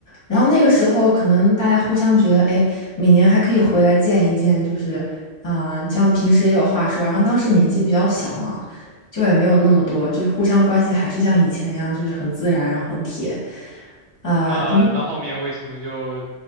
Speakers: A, on the left; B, on the right.
A: 然后那个时候可能大家互相觉得，哎，每年还可以回来见一见，就是啊、这样平时也有话说，然后当时年纪比较小嘛，就也没有那么多，就互相关系还是像以前一样，就是很自然，然后很铁。啊、
B: 那那后面为什么就
A: 呃等等